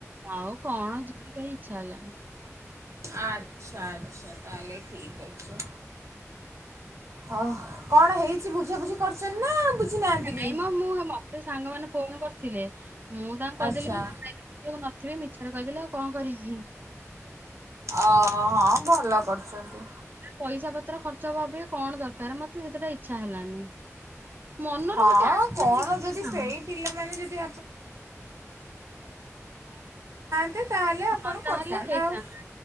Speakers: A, on the right; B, on the right.
A: ଆଉ କଣ ଯିବି ଇଚ୍ଛା ହେଲାନି
B: ଆଚ୍ଛା ଆଚ୍ଛା ତାହେଲେ ଠିକ ଅଛି ହ କଣ ହେଇଛି ବୁଝାବୁଝି କରିଛନ୍ତି ବୁଝିନାହାନ୍ତି
A: ନାଇଁ
B: ନା ବି
A: ମ ମୁଁ ମତେ ସାଙ୍ଗମାନେ ଫୋନ କରିଥିଲେ ମୁଁ ତାଙ୍କୁ କହିଦେଲି
B: ଆଚ୍ଛା
A: ମୁଁ ନଥିବି ମିଛରେ କହିଦେଲି ଆଉ କଣ କରିବି
B: ଅ ହଁ ଭଲ କରୁଛନ୍ତି
A: ପଇସା ପତ୍ର ଖର୍ଚ୍ଚ ହବା ବି କଣ ଦରକାର ମତେ ସେତେଟା ଇଚ୍ଛା ହେଲାନି ମନରୁ
B: ହଁ
A: ଗୋଟେ ଆସିଲାନି
B: କଣ
A: କିଛି
B: ଯଦି ସେଇ
A: ଆଉ
B: ପିଲାମାନେ ଯଦି <unintelligible> ଆପଣ
A: ହଁ ତାହେଲେ
B: କରିଥାନ୍ତେ
A: ହେଇଥାନ୍ତା
B: ଆଉ